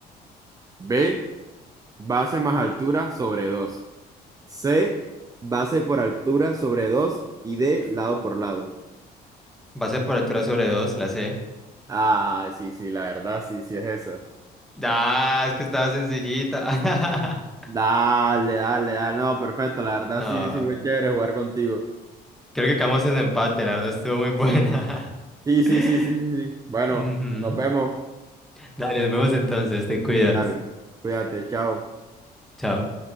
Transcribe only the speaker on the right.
B, base más altura sobre dos. C, base por altura sobre dos Y D, lado por lado.
Ah, sí, sí, la verdad, sí, sí es esa.
Dale, dale, dale. No, perfecto. La verdad,
sí, sí, muy chévere jugar contigo.
Sí, sí,
sí, sí, sí. sí. Bueno,
nos vemos.
Dale, cuídate, chao.